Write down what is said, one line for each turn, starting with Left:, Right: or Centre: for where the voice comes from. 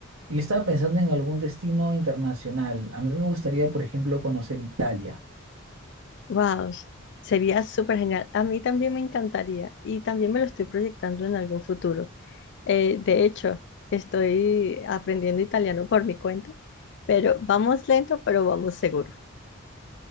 Right: yo estaba pensando en algún destino internacional. A mí me gustaría, por ejemplo, conocer Italia.
Left: Wow, sería súper genial. A mí también me encantaría y también me lo estoy proyectando en algún futuro. Eh, de hecho, estoy aprendiendo italiano por mi cuenta, pero vamos lento, pero vamos seguro.